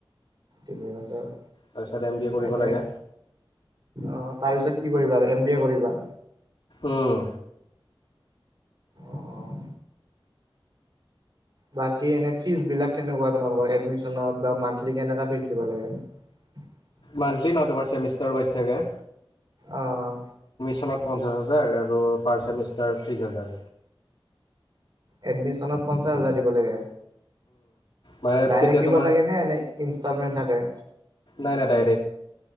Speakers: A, on the right; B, on the left.
A: তিনি বছৰ
B: তাৰপিছত এম বি এ কৰিব
A: এনে
B: লাগে
A: আহ তাৰ পিছত। কি কৰিবা আৰু এম বি এ কৰিবা?
B: উম।
A: অ অ বাকী এনে ফিছ বিলাক কেনেকুৱা তোমালোকৰ? এডমিচনৰ বা মন্থলী কেনেকা ফিছ দিব লাগে। উ <unintelligible>
B: মান্থলি ন তোমাৰ চেমিষ্টাৰ ৱাইজ থাকে।
A: আহ।
B: ন পঞ্চাছ হাজাৰ আৰু পাৰ ছেমিষ্টাৰ ত্ৰিছ হাজাৰ।
A: এডমিশনত পঞ্চাশ হাজাৰ দিব লাগে।
B: মানে
A: ডাইৰেক্ট
B: তেতিয়া
A: দিব
B: তোমাৰ
A: লাগে নে ইনষ্টলমেট থাকে।
B: নাই নাই ডাই